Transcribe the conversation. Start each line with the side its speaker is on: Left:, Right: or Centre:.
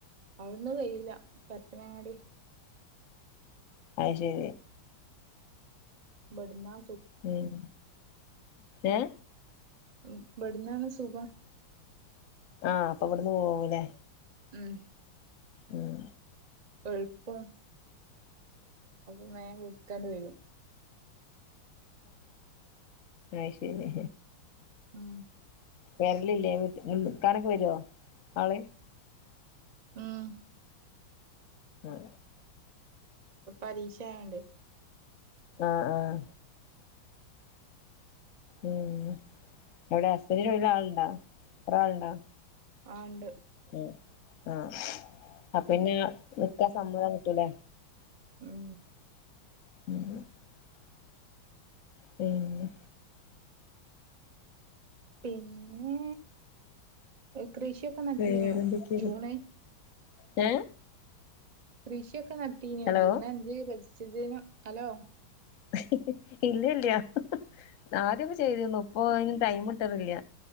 Right: അവിട്ന്നും കയൂല്ല, പരപ്പനങ്ങാടിയാ
Left: അഅ് ശരി
Right: ബട്ന്നാ
Left: ഉം. ഏ?
Right: ഇബട്ന്നാണ് സുഖം.
Left: ആ അപ്പൊ ഇവട്ന്ന് പോവുംല്ലേ
Right: ഉം.
Left: ഉം.
Right: കൊഴപ്പം അപ്പൊ മേം വിളിക്കാണ്ട് വരും.
Left: അഅ് ശരി
Right: ഉം.
Left: കേരലില്ലേ വീട്ട് നിക്കാനൊക്കെ വരോ ആള്
Right: ഊം.
Left: ഉം
Right: ഇപ്പ പരീക്ഷയായോണ്ട്
Left: ആ ആഹ് ഉം എവിടെ അസ്ഥനി ചോുന്ന ആളുണ്ടാ കുറ ആളുണ്ടാ
Right: ആണ്ട്
Left: മ് ആ അ പിന്നെ നിക്കാ സമ്മതം കിട്ടൂലേ
Right: മ്
Left: <unintelligible> പിന്നെ
Right: പിന്നേ..... എ കൃഷിയൊക്കെ നട്ടീന്യോ
Left: വേറെന്തൊക്കെയ
Right: ജൂണ്
Left: ഏ?
Right: കൃഷിയൊക്കെ നട്ടീന്യൊ?
Left: ഹലോ
Right: ജൂൺ അഞ്ച് പരിസ്ഥിതിദിനം അലോ
Left: ഹി ഹി ഹി ഇല്ല ഇല്ലാ. ആദ്യക്കെ ചെയ്തിന്നു ഇപ്പൊ അതി ടൈം ഇട്ടറില്ല.